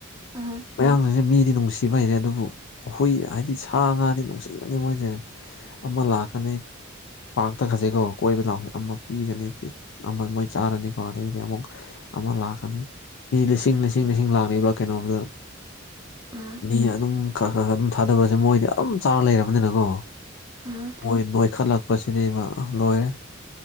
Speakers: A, on the right; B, on the left.
A: ꯎꯝ
B: ꯃꯌꯥꯝꯗꯨꯁꯦ ꯃꯤꯗꯤ ꯅꯨꯡꯁꯤꯕ ꯍꯥꯏꯁꯦ ꯑꯗꯨꯕꯨ ꯑꯩꯈꯣꯏ ꯍꯥꯏꯗꯤ ꯁꯥꯥ ꯉꯥꯗꯤ ꯅꯨꯡꯁꯤꯕꯅꯤ ꯃꯣꯏꯁꯦ ꯑꯃ ꯂꯥꯛꯀꯅꯤ ꯄꯥꯛꯇ ꯈꯖꯩꯀꯣ ꯀꯣꯏꯕ ꯂꯥꯎꯁꯦ ꯑꯃ ꯄꯤꯒꯅꯤ ꯑꯃ ꯃꯣꯏ ꯆꯥꯔꯅꯤꯀꯣ ꯑꯗꯒꯤꯗꯤ ꯑꯃꯨꯛ ꯑꯃ ꯂꯥꯛꯀꯅꯤ ꯏ ꯂꯤꯁꯤꯡ ꯂꯤꯁꯤꯡ ꯂꯤꯁꯤꯡ ꯂꯥꯛꯂꯤꯕ ꯀꯩꯅꯣꯕꯨꯗ
A: ꯎꯝ
B: ꯃꯤ ꯑꯗꯨꯝ ꯈꯔ ꯈꯔ ꯈꯔ ꯑꯗꯨꯝ ꯊꯥꯗꯕꯁꯦ ꯃꯣꯏꯗꯤ ꯑꯗꯨꯝ ꯆꯥꯔ ꯂꯩꯔꯕꯅꯤꯅꯀꯣ
A: ꯎꯝ
B: ꯃꯣꯏ ꯅꯣꯏꯈꯠꯂꯛꯄꯁꯤꯅꯦꯕ ꯂꯣꯏꯔꯦ